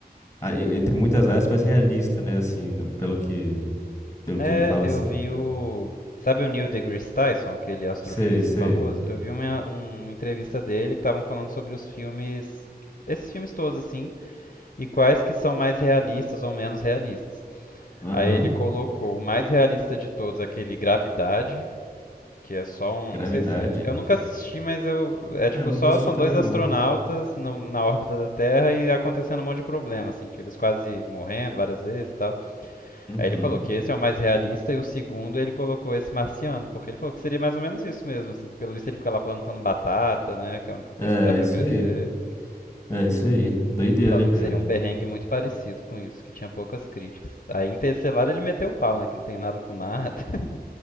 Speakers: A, on the left; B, on the left.
A: a- e- entre muitas aspas, realista, né, assim, no- pelo que, pelo
B: É,
A: que ele fala
B: eu
A: assim.
B: vi o. Sabe o Neil deGrasse Tyson, aquele astrofísico
A: Sei, sei.
B: famoso? Eu vi uma, um, uma entrevista dele que estavam falando sobre os filmes, esses filmes todos assim, e quais que são mais realistas ou menos realistas.
A: Aham.
B: Aí ele colocou o mais realista de todos, aquele Gravidade, que é só um,
A: Gravidade?
B: não sei se, eu nunca assisti, mas eu, é
A: É,
B: tipo
A: eu nunca
B: só
A: assisti
B: são
A: também
B: dois astronautas
A: não.
B: no- na órbita da Terra e acontecendo um monte de problema assim, tipo, eles quase morrendo várias vezes, e tal.
A: Uhum.
B: Aí ele falou que esse é o mais realista e o segundo ele colocou esse marciano, porque ele falou que seria mais ou menos isso mesmo, assim, que pelo visto ele fica lá plantando batata, né, que é a única coisa
A: É,
B: que dá pra
A: isso
B: crescer.
A: aí. É isso aí. Doideira,
B: Ele falou
A: cara.
B: que seria um perrengue muito parecido com isso, que tinha poucas críticas. Aí em Interestelar ele meteu o pau, né, que não tem nada com nada. <laughs>